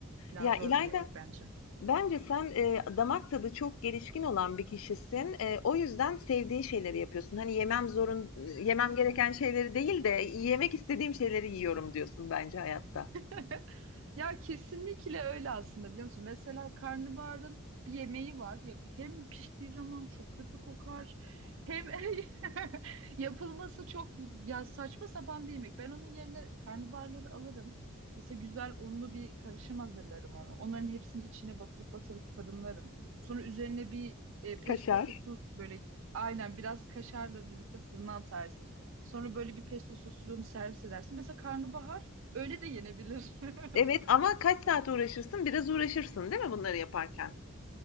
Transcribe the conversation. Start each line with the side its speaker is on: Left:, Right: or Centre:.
Right: Pilav
Left: Ya
Right: zor
Left: İlayda,
Right: bir yemek bence.
Left: bence sen e, damak tadı çok gelişkin olan bir kişisin. E, o yüzden sevdiğin şeyleri yapıyorsun. Hani yemem zorun, yemem gereken şeyleri değil de yemek istediğim şeyleri yiyorum diyorsun bence hayatta.
Right: <laughs> Ya kesinlikle öyle aslında biliyor musun? Mesela karnabaharın bir yemeği var. Ya hem piştiği zaman çok kötü kokar. Hem <laughs> yapılması çok ya saçma sapan bir yemek. Ben onun yerine karnabaharları alırım. Mesela güzel unlu bir karışım hazırlarım onu. Onların hepsini içine batırıp batırıp fırınlarım. Sonra üzerine bir e, pesto
Left: Kaşar.
Right: sosu böyle aynen biraz kaşarla birlikte fırına atarsın. Sonra böyle bir pesto sosunu servis edersin. Mesela karnabahar öyle de yenebilir. <laughs>
Left: Evet ama kaç saat uğraşırsın? Biraz uğraşırsın, değil mi bunları yaparken?